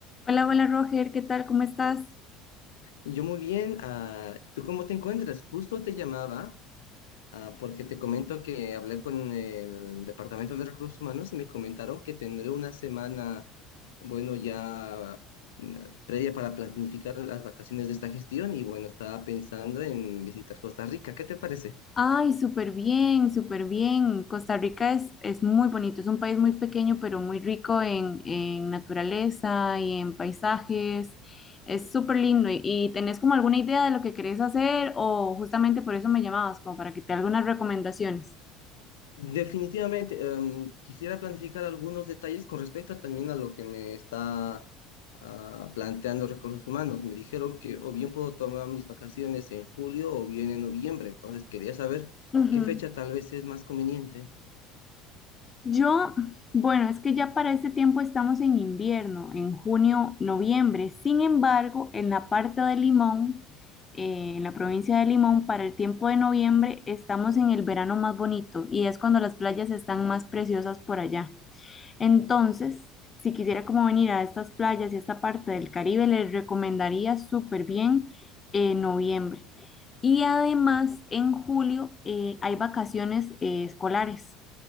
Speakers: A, on the left (about 25°); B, on the left (about 70°).
A: Hola, hola Roger, ¿qué tal? ¿Cómo estás?
B: Yo muy bien, ah, ¿tú cómo te encuentras? Justo te llamaba ah, porque te comento que hablé con el Departamento de Recursos Humanos y me comentaron que tendré una semana, bueno, ya mm, previa para planificar las vacaciones de esta gestión y bueno, estaba pensando en visitar Costa Rica. ¿Qué te parece?
A: Ay, súper bien, súper bien. Costa Rica es, es muy bonito, es un país muy pequeño, pero muy rico en, en naturaleza y en paisajes. Es súper lindo. ¿Y, y tenés como alguna idea de lo que querés hacer o justamente por eso me llamabas, como para que te dé algunas recomendaciones?
B: Definitivamente, em, quisiera planificar algunos detalles con respecto también a lo que me está ah, planteando Recursos Humanos. Me dijeron que o bien puedo tomar mis vacaciones en julio o bien en noviembre, entonces quería saber
A: Ujú.
B: qué fecha tal vez es más conveniente.
A: Yo, bueno, es que ya para este tiempo estamos en invierno, en junio, noviembre. Sin embargo, en la parte de Limón, eh, en la provincia de Limón, para el tiempo de noviembre estamos en el verano más bonito y es cuando las playas están más preciosas por allá. Entonces, si quisiera como venir a estas playas y esta parte del Caribe, les recomendaría súper bien eh, noviembre. Y además, en julio eh, hay vacaciones eh, escolares